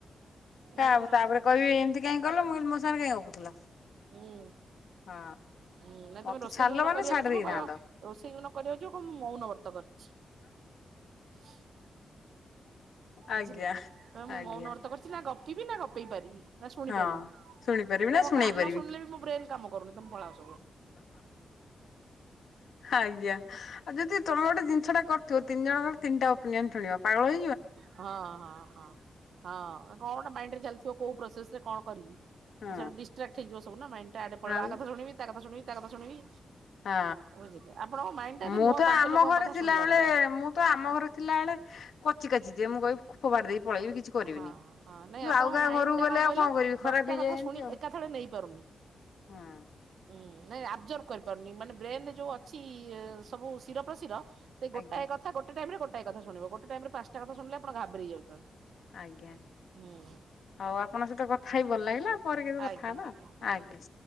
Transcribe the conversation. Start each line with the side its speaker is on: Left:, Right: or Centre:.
Left: ସବୁ
Right: ଏମିତି ରୋଷେଇ
Left: ତାପରେ କହିବି ଏମିତି କାଇଁ କଲ ମୁଁ କହିବି ମୋ ସାଙ୍ଗରେ କାଇଁ ଗପୁଥିଲ
Right: ହୁଁ।
Left: ମୁଁ
Right: ହୁଁ ନାଇଁ
Left: ହଁ
Right: ତମେ
Left: ମତେ
Right: ରୋଷେଇ
Left: ଛାଡିଲ
Right: ଯୋଉଦିନ
Left: ମାନେ
Right: କରିବାକୁ
Left: ଛାଡ଼ିଦେଇଥାନ୍ତ।
Right: ଯିବ କହିବ ରୋଷେଇ ଯୋଉଦିନ କରିବାକୁ ଯିବ ମୁଁ ମୋଉନବର୍ତ କରିଛି। <unintelligible> ବୁଝିଲେ
Left: ଆଜ୍ଞା
Right: କଇବେ ମୁଁ
Left: ଆଜ୍ଞା
Right: ମୌନବର୍ତ କରିଛିି ନା ଗପ୍ ପିବି ନା ଗପେଇ ପାରିବି ନା ଶୁଣିପାରିବି
Left: ହଁ। ଶୁଣିପାରିବି
Right: ତ
Left: ନା
Right: ମୋ
Left: ଶୁଣେଇ
Right: କାନ
Left: ପାରିବି
Right: ଶୁଣିଲେ ବି ମୋ ବ୍ରେନ୍ କାମ କରୁନି। <unintelligible>
Left: ଆଜ୍ଞା ଆଉ ଯଦି ତମେ ଗୋଟେ ଜିନିଷ ଟା କରୁଥିବ ତିନି ଜଣଙ୍କର ତିନିଟା ଓପିନିୟନ ଶୁଣିବା ପାଗଳ ହେ
Right: ହଁ ହଁ ହଁ ହଁ କଣ ଗୋଟେ ମାଇଣ୍ଡ ରେ ଚାଲିଥିବ କୋଉ ପ୍ରୋସ୍ ତ ସେ କଣ କରି
Left: ହଁ
Right: ସାଡ଼ୁ ଡିସ୍ଟ୍ରା୍କ୍ ସବୁ ନା ମାଇଣ୍ଡି ଟା ୟାଡେ ପଳେଇବ
Left: ଆଉ
Right: ଆ କଥା ଶୁଣିବି ତା କଥା ଶୁିଣିବି ତା କଥା ଶୁଣିବି
Left: ହଁ
Right: ବୁଝିଲେ ଆପଣଙ୍କ ମାଇଣ୍ଡ ଟା ଏତେ
Left: ମୁଁ
Right: ନୁହଁ
Left: ତ
Right: ପାଞ୍ଚ
Left: ଆମ
Right: ଲୋକଙ୍କ
Left: ଘରେ
Right: କଥା
Left: ଥିଲାବେଳେ
Right: ଶୁଣିଲା ଭଳିଆ।
Left: ମୁଁ ତ ଆମ ଘରେ ଥିଲାବେଳେ କଚି କାଚି <inaudible> ଫୋପାଡି ଦେଇକି ପଳେଇବି କିଛି କରିବିନି
Right: ହଁ
Left: କିନ୍ତୁ
Right: ହଁ ନାଇଁ ଆପଣଙ୍କ
Left: ଆଉ କାହା
Right: ମାଇଣ୍ଡ
Left: ଘରକୁ
Right: ଟା
Left: ଗଲେ
Right: କହିଲ
Left: ଆଉ କଣ କରିବି ଖରାପ
Right: ଦଶଟା
Left: ହେଇଯାଏ
Right: କଥା ଶୁଣି
Left: ଏମତି ଆଉ
Right: ଏକାଥରେ ନେଇପାରୁନି।
Left: ହୁଁ।
Right: ହୁଁ ନାଇଁ ଆବଜର୍ଭ କରିପାରୁନି ମାନେ ବ୍ରେନ୍ ଯେଉଁ ଅଛି ସବୁ ଶିର ପ୍ରଶୀର ସେ ଗୋଟାଏ
Left: ଆଜ୍ଞା
Right: କଥା ଗୋଟେ ଟାଇମ୍ ରେ ଗୋ ଗୋଟେ କଥା ଶୁଣିବ ଗୋଟେ ଟାଇମ୍ ରେ ପାଞ୍ଚଟା କଥା ଶୁଣିଲେ ଆପଣ ଘାବରେଇ ଯାଉଛନ୍ତି।
Left: ଆଜ୍ଞା
Right: ହୁଁ
Left: ହଉ ଆପଣଙ୍କ ସହିତ କଥା ହଇ ଭଲ ଲାଗିଲା ପରେ କେବେ
Right: ଆଜ୍ଞା
Left: କଥା ହବା
Right: ଆଜ୍ଞା
Left: ଆଜ୍ଞା।